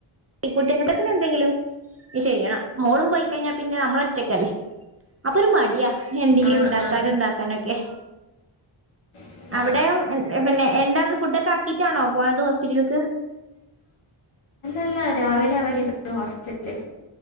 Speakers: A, on the right (about 30°); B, on the left (about 80°).
A: കൂട്ടി <unintelligible> എന്തെങ്കിലും ചെയ്യണം. മോളും പോയി കഴിഞ്ഞാ പിന്നെ നമ്മളൊറ്റയ്ക്കല്ലേ. അപ്പൊ ഒരു മടിയാ എന്തെങ്കിലും
B: ആ ആ
A: ഇണ്ടാക്കാനും ഇതാക്കാനൊക്കെ.
B: ആ
A: അവിടെ പിന്നെ എന്താന്ന് ഫുഡക്കെ ആക്കിട്ടാണോ പോയത് ഹോസ്പിറ്റൽക്ക്.
B: ല്ല രാവിലെ എറങ്ങിതാ ഹോസ്പിറ്റല്ല്